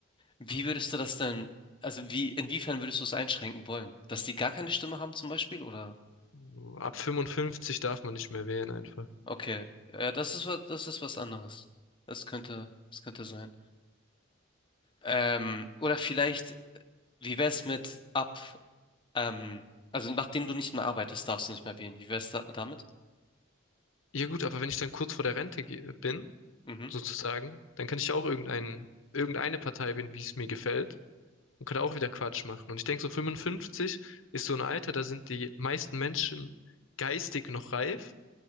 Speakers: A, on the left (about 25°); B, on the left (about 75°).
A: Wie würdest du das denn, also wie, inwiefern würdest du es einschränken wollen? Dass die gar keine Stimme haben zum Beispiel, oder?
B: So, ab 55 darf man nicht mehr wählen einfach.
A: Okay, ja, das ist was, das ist was anderes. Das könnte, das könnte sein. Ähm, oder vielleicht, wie wäre es mit ab, ähm, also nachdem du nicht mehr arbeitest, darfst du nicht mehr wählen. Wie wäre es da, damit?
B: Ja gut, aber wenn ich dann kurz vor der Rente ge- bin,
A: Mhm.
B: sozusagen. Dann kann ich ja auch irgendein irgendeine Partei wählen, wie es mir gefällt und kann auch wieder Quatsch machen. Und ich denke, so 55 ist so ein Alter, da sind die meisten Menschen geistig noch reif,